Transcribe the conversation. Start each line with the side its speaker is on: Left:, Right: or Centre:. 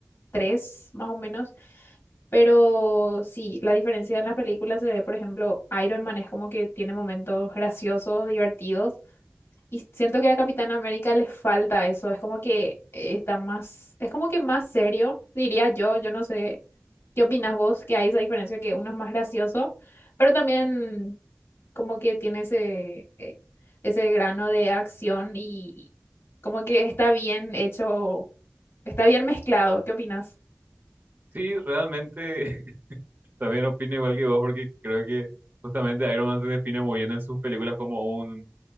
Left: 3 más o menos. Pero sí, la diferencia en las películas se ve, por ejemplo, Iron Man es como que tiene momentos graciosos, divertidos. Y siento que a Capitán América le falta eso, es como que eh, está más, es como que más serio, diría yo, yo no sé qué opinas vos, que hay esa diferencia que uno es más gracioso, pero también como que tiene ese, eh, ese grano de acción y como que está bien hecho, está bien mezclado, ¿qué opinas?
Right: Sí, realmente <laughs> también opino igual que vos, porque creo que justamente Iron Man se define muy bien en sus películas como un